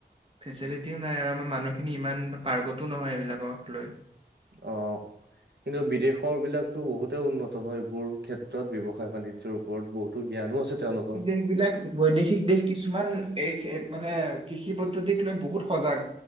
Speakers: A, on the right; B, on the right.
A: ফেচিলিটিও নাই আৰু আমাৰ মানুহখিনি ইমান পাৰ্গতো নহয় এইবিলাকক লৈ।
B: অ'। কিন্তু বিদেশৰ বিলাকতো বহুতেই উন্নত ন, এইবোৰ ক্ষেত্ৰত ব্যৱসায় বাণিজ্যৰ ওপৰত বহুতো জ্ঞানো আছে তেওঁলোকৰ।
A: এইবিলাক বৈদেশিক দেশ কিছুমান এই মানে কৃষি পদ্ধতিক লৈ বহুত সজাগ।